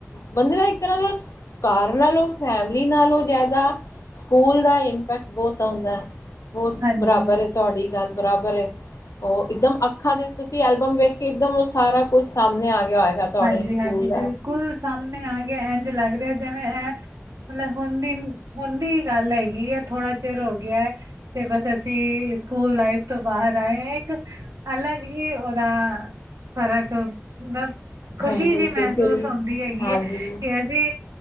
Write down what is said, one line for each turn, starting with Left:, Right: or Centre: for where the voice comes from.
Left: ਬੰਦੇ ਦਾ ਇੱਕ ਤਰਾਂ ਦਾ ਘਾਰ ਨਾਲੋਂ, ਫੈਮਿਲੀ ਨਾਲੋਂ ਜਾਦਾ ਸੂਕੂਲ ਦਾ ਇੰਪੈਕਟ ਬੋਤ ਆਂਦੈ, ਬੋਤ
Right: ਹਾਂਜੀ।
Left: ਬਰਾਬਰ ਏ ਤੂਆਡੀ ਗਾੱਲ, ਬਰਾਬਰ ਏ। ਓ ਇਕਦਮ ਅੱਖਾਂ ਦੇ, ਤੂਸੀ ਐਲਬਮ ਵੇਖ ਕੇ, ਇਕਦਮ ਓ ਸਾਰਾ ਕੁੱਛ ਸਾਮਨੇ ਆ ਗੇਆ ਹੋਏਗਾ। ਤੁਹਾਡੇ
Right: ਹਾਂਜੀ,
Left: ਸਕੂਲ
Right: ਹਾਂਜੀ ਬਿਲ
Left: ਦਾ
Right: ਕੁਲ ਸਾਮਨੇ ਆਗੇਐ, ਐਂਜ ਲਾੱਗ ਰੇਆ ਜੇਵੇਂ ਐ, ਮਲਬ ਹੁਨ ਦੀ ਹੁਨ ਦੀ ਗਾੱਲ ਹੈਗੀ ਏ ਥੋੜਾ ਚਿਰ ਹੋ ਗੇਐ, ਤੇ ਬਸ ਅਸੀ ਸੂਕੂਲ ਲਾਈਫ਼ ਤੋਂ ਬਾਹਰ ਆਏ ਆਂ ਇੱਕ ਅਲਗ ਹੀ ਓਦਾ ਫ਼ਰਕ, ਮਲਬ ਖੁਸ਼ੀ
Left: ਹਾਂਜੀ
Right: ਜੀ ਮੈਹਸੂਸ
Left: ਬਿਲਕੁਲ
Right: ਹੋਂਦੀ ਹੈਗੀ
Left: ਹਾਂਜੀ
Right: ਏ, ਕਿ ਅਸ ਜੀ